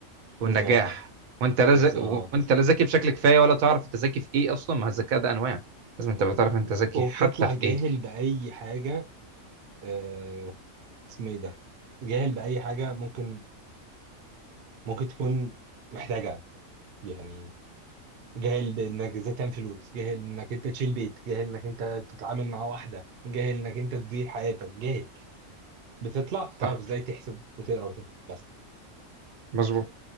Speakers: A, on the right; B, on the right.
A: والنجاح
B: بالظبط
A: وانت لا
B: بالظبط
A: ز... وانت لا ذكي بشكل كفايه ولا تعرف انت ذكي في ايه اصلا ما الذكاء ده انواع لازم تبقى تعرف انت ذكي
B: وبتطلع
A: حتى في
B: جاهل
A: ايه
B: بأي حاجة آه، اسمه ايه ده جاهل بأي حاجة ممكن ممكن تكون محتاجها يعني جاهل بانك ازاي تعمل فلوس جاهل انك انت تشيل بيت جاهل انك انت تتعامل مع واحدة جاهل انك انت تدير حياتك جاهل بتطلع بتعرف
A: صح
B: ازاي تحسب وتقرا وتكتب بس
A: مظبوط